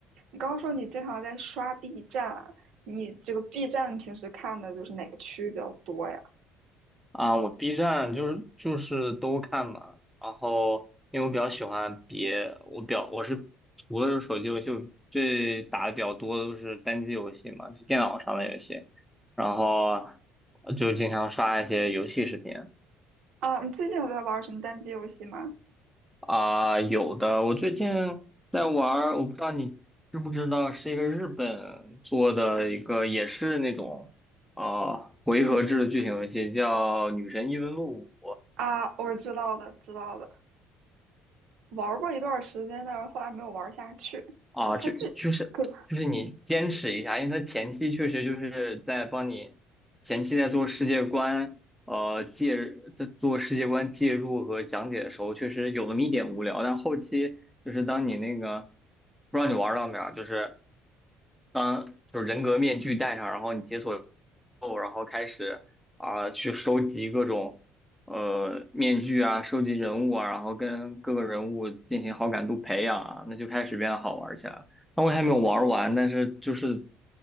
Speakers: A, on the right; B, in the centre.
A: 你刚刚说你经常在刷 B 站，你这个 B 站平时看的就是哪个区域比较多呀？
B: 啊，我 B 站就是就是都看嘛，然后因为我比较喜欢别，我表我是除了是手机游戏，我最打的比较多的都是单机游戏嘛，就电脑上的游戏，然后呃就经常刷一些游戏视频
A: 啊，你最近有在玩什么单机游戏吗？
B: 啊，有的我最近在玩儿，我不知道你知不知道，是一个日本做的一个也是那种啊呃回合制的剧情游戏，叫《女神异闻录五》。
A: 啊，我知道的，知道的，玩过一段时间，但是后来没有玩下去。
B: 啊，
A: 就它这可
B: 就就是就是你坚持一下，因为它前期确实就是在帮你前期在做世界观，呃，介在做世界观介入和讲解的时候，确实有那么一点无聊，但后期就是当你那个不知道你玩儿到没有啊，就是当就是人格面具戴上，然后你解锁后，然后开始啊、去收集各种呃面具啊，收集人物啊，然后跟各个人物进行好感度培养啊，那就开始变得好玩起来了。那我还没有玩完，但是就是